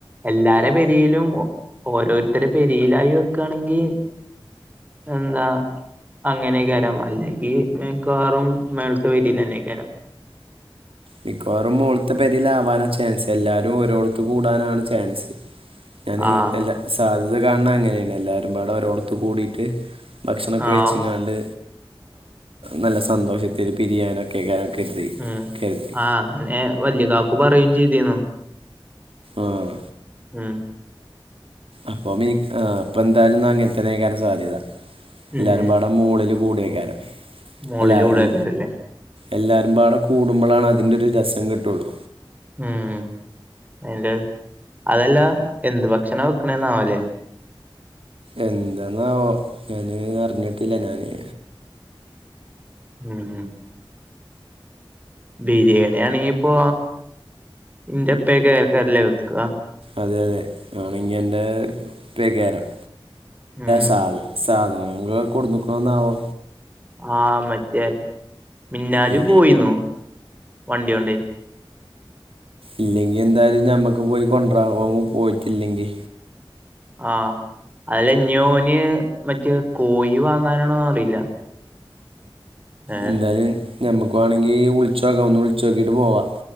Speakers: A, on the right; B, on the right.
A: എല്ലാരെ പെരീലും, ഓരോരുത്തരെ പെരീലായി വെക്കാണെങ്കി എന്താ അങ്ങനേക്കാരം. അല്ലെങ്കി മിക്കവാറും മേള്ത്തെ പെരീലെന്നെയ്കാരം.
B: മിക്കവാറും മോള്ത്തെ പെരീലാവാനാ ചേൻസ്. എല്ലാരും ഒരോട്ത്ത് കൂടാനാണ് ചേൻസ്. ഞാന്
A: ആഹ്
B: എല്ലാ സാധ്യത കാണ് ണെ അങ്ങനേണ്. എല്ലാരും പാടെ ഒരോട്ത്ത് കൂടീട്ട് ഭക്ഷണൊക്കെ
A: ആഹ്
B: വെച്ചങ്ങാണ്ട് നല്ല സന്തോഷത്തില് പിരിയാനൊക്കെക്കാരം കെർത്തി
A: ഉം
B: കേൾക്കി
A: ആഹ് അങ്ങനെ വല്യ കാക്കു പറയും ചെയ്തിനു
B: ആഹ്
A: ഉം
B: അപ്പം എനിക്ക് ആഹ് അപ്പന്തായാലുംന അങ്ങനെത്തന്നെഅയക്കരം സാധ്യത എല്ലാരും
A: ഉം
B: പാടെ മൂളല് കൂടെക്കാരം
A: മോളിലൂടെക്കാരല്ലേ
B: അല്ല എൽ എല്ലാരും പാടെ കൂടുമ്പോളാണ് അതിന്റെ ഒരു രസം കിട്ടുള്ളൂ
A: ഉം അതിന്റെ അതല്ല എന്ത് ഭക്ഷണ വെക്കണന്നാവല്ലേ
B: എന്താന്നാവോ ഞാന് അറിഞ്ഞിട്ടില്ല ഞാന്
A: ഉം ബിരിയാണി ആണെങ്കിപ്പൊ എന്റെപ്പേക്കെ കേറല്ലേ വെക്ക
B: അതെ അതെ ആണെങ്ക എൻ്റെ ഇപ്പയ്ക്കാരം
A: ഉം
B: സാദ് സാധനങ്ങള് കൊടന്നക്ണാവോ
A: ആഹ് മറ്റേ മിന്നാജ്
B: ഇല്ലെ
A: പോയിന്നു വണ്ടിഓണ്ട്
B: ഇല്ലെങ്കി എന്തായാലും ഞമ്മക്ക് പോയി കൊണ്ടര ഓന് പോയിട്ടില്ലെങ്കി
A: ആഹ് അതല്ല ന്യോന് മറ്റെ കോഴി വാങ്ങാനാണോ അറിയില്ല ഏഹ്
B: എന്തായാലും ഞമ്മക്ക് വണെങ്കി വിളിച്ച നോക്ക ഒന്ന് വിളിച്ച നോക്കിട്ട് പോവാ